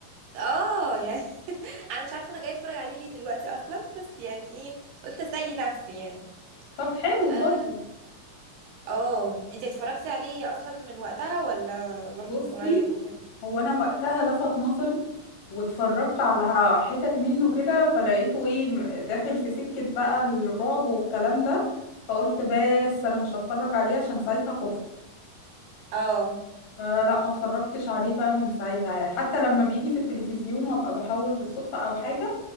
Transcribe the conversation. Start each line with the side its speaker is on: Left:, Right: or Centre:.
Right: اه يعني <laughs> انا مش عارفه انا جايه اتفرج عليه ليه دلوقتي اصلا بس يعني ايه قلت اسلي نفسي يعني
Left: طب حلو
Right: آه،
Left: برضه
Right: اه انت اتفرجتي عليه اصلا من وقتها ولا برضو
Left: بصي
Right: من قريب وكده
Left: هو انا وقتها لفت نظري واتفرجت
Right: مم.
Left: على حتت منه كده فلقيته ايه داخل في سكة بقى الرعب والكلام ده فقلت بس انا مش هتفرج عليه عشان ساعتها خفت
Right: اه
Left: فلا ما اتفرجتش عليه بقى من ساعتها يعني حتى لما بيجي في التلفزيون وابقى بحاول بالصدفة او حاجة